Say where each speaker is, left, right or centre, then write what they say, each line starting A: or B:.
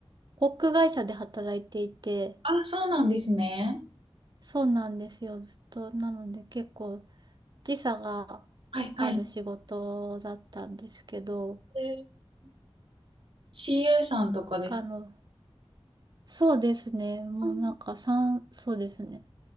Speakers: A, on the right; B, on the right.
A: 航空会社で働いていて、
B: あ、そうなんですね。
A: そうなんですよ、ずっと。なので結構時差が
B: はいはい。
A: ある仕事だったんですけど、
B: えー CA さんとかですか
A: あの、そうですね、もうなんか3、
B: うん
A: そうですね、